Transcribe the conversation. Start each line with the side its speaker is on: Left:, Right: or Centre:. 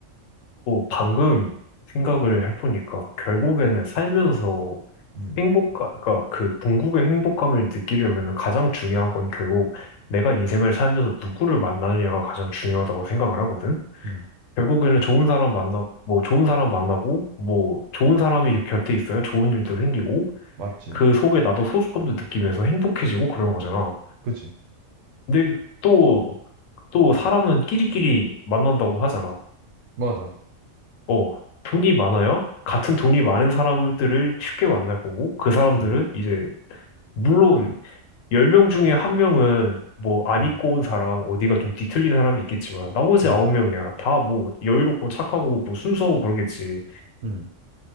Left: 방금 생각을
Right: 음,
Left: 해보니까 결국에는
Right: 음,
Left: 살면서
Right: 음,
Left: 행복감, 그러니까 그 궁극의 행복감을 느끼려면 가장 중요한 건 결국 내가 인생을 살면서 누구를 만나느냐가 가장 중요하다고 생각을 하거든.
Right: 음.
Left: 결국에는 좋은 사람 만나고, 뭐 좋은 사람 만나고, 뭐 좋은 사람이 곁에 있어야 좋은 일도 생기고,
Right: 맞지?
Left: 그 속에 나도 소속감도 느끼면서 행복해지고 그런 거잖아.
Right: 그치?
Left: 근데 또, 또 사람은 끼리끼리 만난다고 하잖아.
Right: 맞아.
Left: 어, 돈이 많아야 같은 돈이 많은 사람들을 쉽게 만날 거고, 그 사람들은
Right: 음,
Left: 이제 물론 10명 중에 한 명은 뭐 안
Right: 음,
Left: 입고 온 사람, 어디가 좀 뒤틀린 사람이 있겠지만 나머지
Right: 음,
Left: 9명이야. 다 뭐 여유롭고 착하고 뭐 순수하고 그러겠지.
Right: 음.